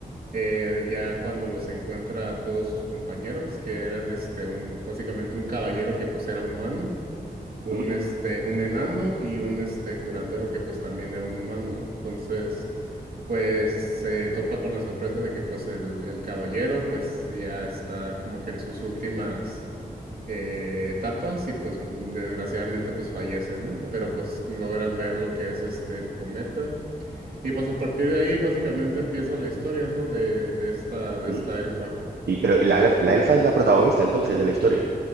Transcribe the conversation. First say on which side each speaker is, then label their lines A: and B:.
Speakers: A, on the right; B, on the right.
A: eh, ya cuando los encuentra a todos sus compañeros, que eran este un básicamente un caballero que pues era humano, un
B: mm,
A: este un enano y un este curandero que pues también era un humano, ¿no? Entonces, pues se topa con la sorpresa de que pues el el caballero pues ya está como que en sus últimas eh, etapas y pues desgraciadamente pues fallece, ¿no?
B: anda,
A: Pero pues logran ver lo que es este el cometa. Y pues a partir de ahí básicamente empieza la historia, ¿no? De, de esta, de
B: mm.
A: esta elfa.
B: Y, pero la, elf- la elfa es la protagonista entonces de la historia.